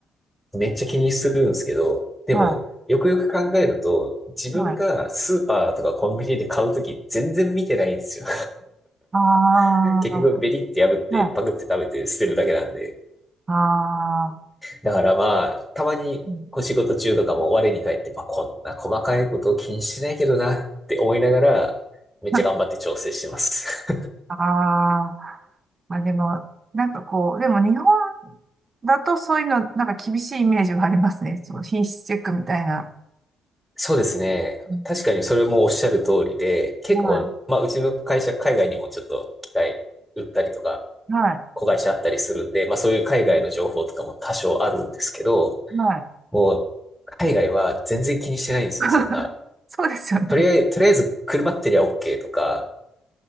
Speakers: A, in the centre; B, on the right (about 35°).
A: めっちゃ気にするんですけど、でも、
B: は
A: よくよく考えると、自分がスーパーとかコンビニで買うとき全然見てないんですよ。
B: い。はい。あ
A: <laughs> 結局ベリって破ってパクって食べて捨てるだけなんで。
B: あ、はい。ああ。
A: だからまあ、たまにお仕事中とかも我に返って、
B: うん
A: まあこんな細かいことを気にしてないけどなって思いながら、めっちゃ頑張って調整してます。
B: <laughs> ああ、まあでも、なんかこう、でも日本だとそういうの、なんか厳しいイメージがありますね。そう、品質チェックみたいな。
A: <laughs> そうですね。
B: うん
A: 確かにそれもおっしゃる通りで、結構、
B: は
A: まあうちの会社海外にもちょっと機械売ったりとか、
B: い、はい、
A: 子会社あったりするんで、まあそういう海外の情報とかも多少あるんですけど、
B: はい。
A: もう海外は全然気にしてないんですよ、
B: <laughs>
A: そんな。
B: そうですよね。
A: とりあえず、とりあえず車ってりゃ OK とか、